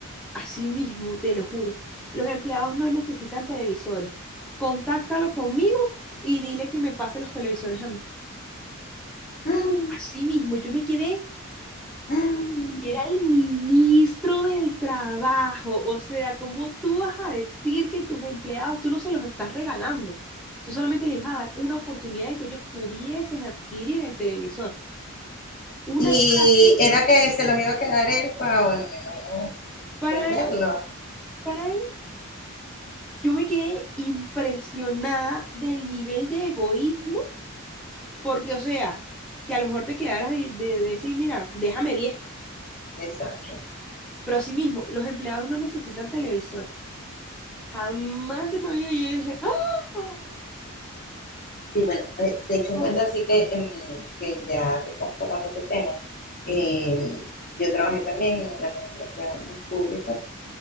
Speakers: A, in the centre; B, on the left.
A: Así mismo, te lo juro. Los empleados no necesitan televisores. Contáctalo conmigo y dile que me pase los televisores a mí.
B: ah,
A: Así mismo, yo me quedé,
B: ah.
A: era el ministro del trabajo. O sea, ¿cómo tú vas a decir que tus empleados, tú no se los estás regalando? Tú solamente les vas a dar una oportunidad de que ellos pudiesen adquirir el televisor. Una
B: Y
A: sola firma.
B: era que se los iba a quedar él para, bueno, me imagino
A: Para
B: venderlo.
A: él, para él, yo me quedé impresionada del nivel de egoísmo Porque, o sea, que a lo mejor te quedaras de, de- decir, mira, déjame diez
B: Exacto.
A: no sé. Pero así mismo, los empleados no necesitan televisores. Jamás de mi vida yo dije, ¡ah! ah,
B: Sí, bueno, eh, de hecho,
A: Corrupción.
B: un cuento así que, em, que ya que estás tocando ese tema. eh, yo trabajé también en la administración pública